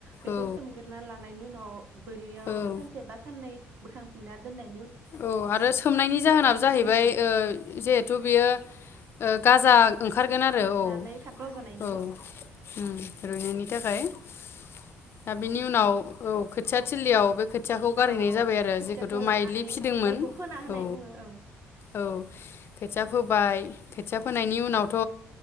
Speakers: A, on the right; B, on the left.
A: बेखौ
B: औ
A: सोमगोर ना लानायनि उनाव बोरियाव
B: औ
A: सानसे बा साननै बोखांफिनना दोननाय
B: औ आरो सोमनायनि जाहोनाब जाहैबाय
A: माइखौ
B: ओ जिहेथु बियो ओ गाजा ओंखारगोन आरो औ
A: नानै थाब रज'नायनि
B: औ उम रुइनायनि थाखाय दा बिनि उनाव औ खोथिया थिलियाबो खोथियाखौ गारहैनाय
A: औ औ
B: जाबाय आरो
A: खोथियाखौ
B: जिखौथु
A: लांनानै
B: माइलि दोंमोन
A: जायखौ फोना होनाय
B: औ
A: बुङो औ
B: औ बेखौबो फोबाय खोथिया फोनायनि उनावथ'